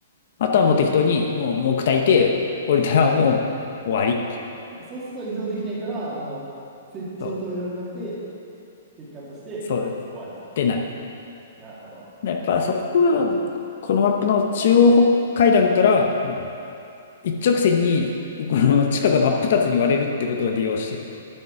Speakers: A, on the left; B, on the right.
A: あとはもう適当に、
B: 見ることしかできない。
A: もう、もう炊いて、降りたらもう終わり。
B: そうすると移動できないから、もう設置を止められなくて、
A: と、
B: 結果として終わると。
A: そうです。ってなる。
B: なるほど。
A: やっぱそこが、このマップの中央北海段から、あの、一直線に、この地下が真っ二つに割れるってことを利用してる。